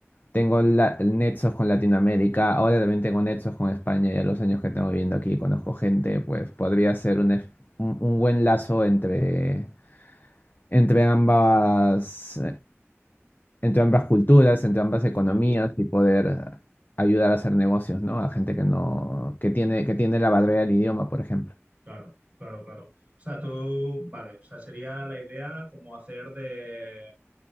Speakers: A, on the left; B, on the right.
A: tengo la- nexos con Latinoamérica, ahora también tengo nexos con España, ya los años que tengo viviendo aquí, conozco gente, pues podría ser un, ef- un- un buen lazo entre, entre ambas entre ambas culturas, entre ambas
B: Este,
A: economías y poder ah, ayudar a hacer negocios, ¿no? A gente que no, que tiene, que tiene la barrera del idioma, por ejemplo.
B: claro, claro, claro. O sea, tú, vale, o sea, sería la idea como hacer de,